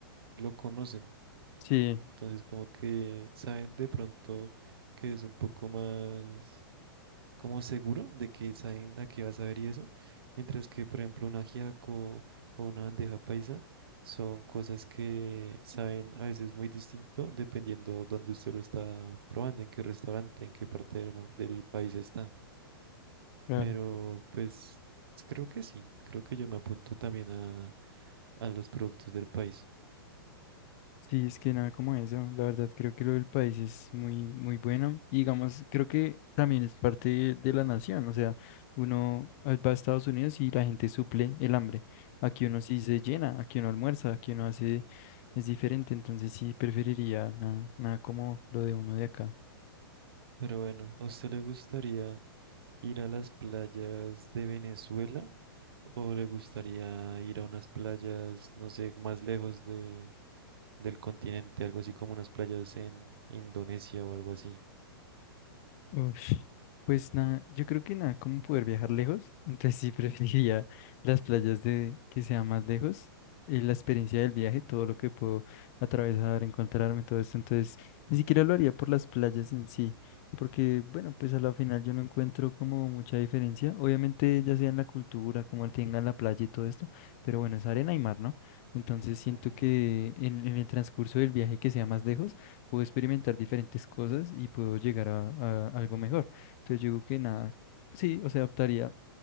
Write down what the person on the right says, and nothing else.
lo conocen.
Entonces, como que saben de pronto que es un poco más como seguro de que saben a qué vas a ver y eso. Mientras que, por ejemplo, un ajiaco o una bandeja paisa son cosas que saben a veces muy distinto dependiendo dónde usted lo está probando, en qué restaurante, en qué parte del, mu- del país está.
Pero pues creo que sí, creo que yo me apunto también a, a los productos del país.
Pero bueno, ¿a usted le gustaría? ir a las playas de Venezuela o le gustaría ir a unas playas, no sé, más lejos de, del continente, algo así como unas playas en Indonesia o algo así?
Ujú.